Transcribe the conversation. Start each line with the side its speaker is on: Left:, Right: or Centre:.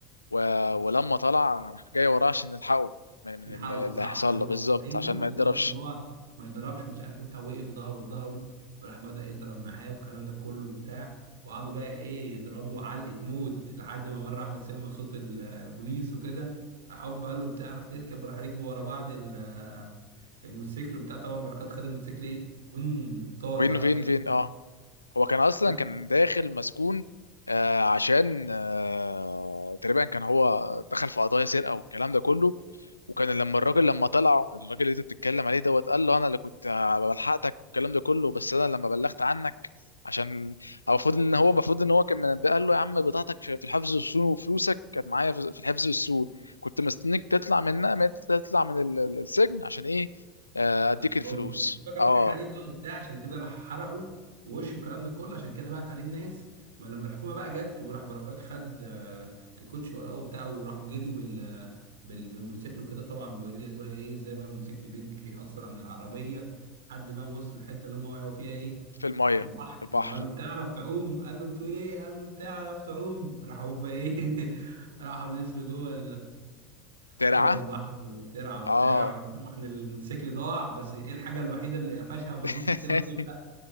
Left: و... ولما طلع راح جاي وراه عشان يلحقه من, من
Right: الحقه
Left: اللي اللي
Right: صح
Left: هيحصل
Right: ايوه
Left: له بالظبط
Right: ايوه
Left: عشان
Right: بالظبط
Left: ما يتضربش
Right: كان هو ما يضربش مش عارف ايه بتاع وقف ظهره في ظهره وراح بدأ يضرب معاه والكلام ده كله وبتاع وقعدوا بقى ايه يضربوا علقة موت لحد ما مرة واحدة سمعوا صوت البوليس وكده راح هوب قال له بتعرف تركب وراح ركبوا ورا بعض ال- الموتوسيكل وبتاع طبعا بركات خد الموتوسيكل ايه فن طار
Left: وين
Right: بقى
Left: فين
Right: وكده
Left: فين اه هو كان اصلا
Right: بس
Left: كان داخل مسجون آه، عشان آه، تقريبا كان هو دخل في قضايا سرقه والكلام ده كله وكان لما الراجل لما طلعوا الراجل اللي انت بتتكلم عليه دوت قال له انا اللي كنت آه، بلحقتك والكلام ده كله بس انا لما بلغت عنك عشان هو المفروض ان هو المفروض ان هو كان منبه قال له يا عم بضاعتك في في الحفظ والسون وفلوسك كانت معايا في في الحفظ والسون كنت مستنيك تطلع من تطلع من ال- ال- السجن عشان ايه آه، اديك
Right: عدهم
Left: الفلوس
Right: لك بس هو كان
Left: اه
Right: بيضحك عليه بقى وبتاع عشان كده راح حرقه في وشه والكلام ده كله عشان كده بعت عليه الناس ما لما الحكومه بقى جت وراح بركات خد آه، الكوتش وراه وبتاع وراحوا جريوا بال بال- بالموتوسيكل وكده طبعا بيوري لك بقى ايه ازاي بقى الموتوسيكل بيجري اسرع من العربيه لحد ما وصل الحته اللي هم وقعوا فيها ايه
Left: في الميه
Right: في البحر
Left: في البحر
Right: لما قال له بتعرف تعوم قال له بتقول ايه قال له بتعرف تعوم راح هوبا ايه <laughs> راحوا نزلوا جوه
Left: ترعى
Right: جوه البحر ترعى وبتاع
Left: اه
Right: وراح طبعا الموتوسيكل ضاع بس ايه الحاجه الوحيده اللي قفشها ما
Left: <laughs>
Right: رضيش يسيبها تغرق